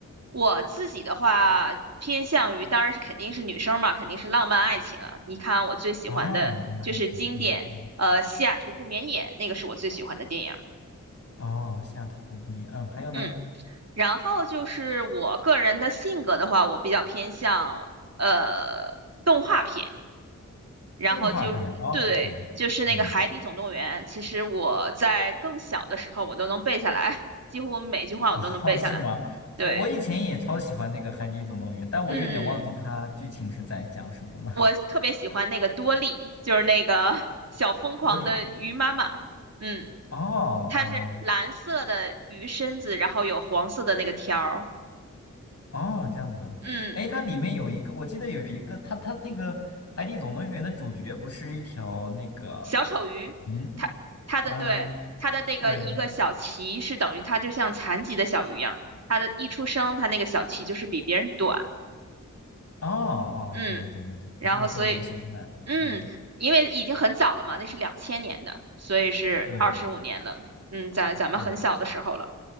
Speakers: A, on the right; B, on the left.
A: 我自己的话，偏向于当然是肯定是女生嘛，肯定是浪漫爱情啊。你看我最喜欢的就是经典，
B: 哦，浪漫爱情，嗯嗯，
A: 呃，《西雅图不眠夜》，那个是我最喜欢的电影。
B: 哦，下图不明，嗯，还有呢，
A: 嗯，然后就是我个人的性格的话，我比较偏向呃动画片。然后就对，
B: 动画片，哦，OK，
A: 就是那个《海底总动员》，
B: 嗯，
A: 其实我在更小的时候我都能背下来，<laughs> 几乎每句话我都能背下来。
B: 哦，<laughs> 是吗？
A: 对，
B: 我我以前也超喜欢那个《海底总动员》，但我有点忘记它剧情是在讲什么了。
A: 嗯，我特别喜欢那个多莉，就是那个 <laughs> 小疯狂的鱼妈妈。
B: <laughs> 多莉，
A: 嗯，
B: 哦哦
A: 它是蓝色的鱼身子，然后有黄色的那个条儿。
B: 哦，这样子，
A: 嗯。
B: 哎，它里面有一个，我记得有一个，它它那个《海底总动员》的主角不是一条那个
A: 小丑鱼，
B: 红，
A: 它它的对它的那个一个小鳍是等于它就像残疾的小鱼一样，
B: 嗯，对，
A: 它的一出生它那个小鳍就是比别人短，
B: 哦哦，
A: 嗯，
B: 对对对对对，
A: 然后所以
B: 你这么说我就想起来了，
A: 嗯，
B: 嗯，
A: 因为已经很早了嘛，那是两千年的，所以是二十五年了，
B: 对对
A: 嗯，在咱们很小的时候了，
B: 对，